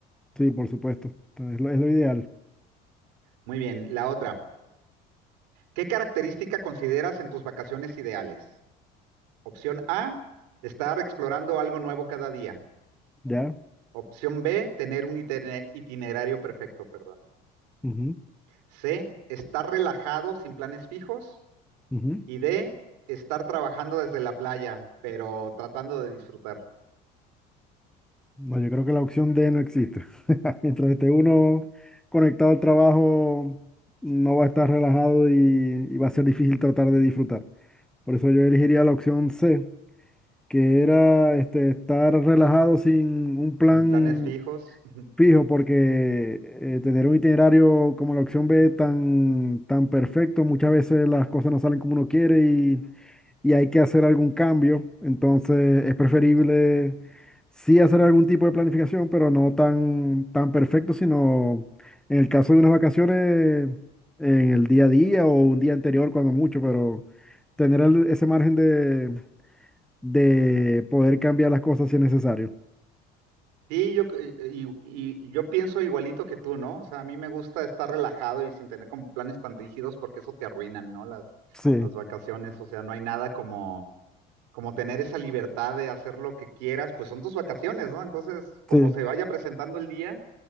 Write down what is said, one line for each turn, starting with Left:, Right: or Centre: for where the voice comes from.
Centre: Sí, por supuesto. Es lo, es lo ideal.
Right: Muy bien, la otra. ¿Qué característica consideras en tus vacaciones ideales? Opción A, estar explorando algo nuevo cada día.
Centre: ¿Ya?
Right: Opción B, tener un itine- itinerario perfecto, perdón.
Centre: Ujú,
Right: C, estar relajado sin planes fijos.
Centre: ujú.
Right: Y D, estar trabajando desde la playa, pero tratando de disfrutar,
Centre: No, yo creo que la opción D no existe. <laughs> Mientras esté uno conectado al trabajo, no va a estar relajado y, y va a ser difícil tratar de disfrutar. Por eso yo elegiría la opción C, que era este, estar relajado sin un plan
Right: sin planes fijos. <laughs>
Centre: Fijo, porque eh, tener un itinerario como la opción B tan, tan perfecto, muchas veces las cosas no salen como uno quiere y, y hay que hacer algún cambio. Entonces es preferible sí hacer algún tipo de planificación, pero no tan, tan perfecto, sino en el caso de unas vacaciones, en el día a día o un día anterior cuando mucho, pero tener el- ese margen de, de poder cambiar las cosas si es necesario.
Right: Sí, yo, y, y- y yo pienso igualito que tú, ¿no? O sea, a mí me gusta estar relajado y sin tener como planes tan rígidos porque eso te arruinan, ¿no? Las,
Centre: Sí,
Right: las vacaciones, o sea, no hay nada como, como tener esa libertad de hacer lo que quieras, pues son tus vacaciones, ¿no? Entonces, como
Centre: sí.
Right: se vaya presentando el día,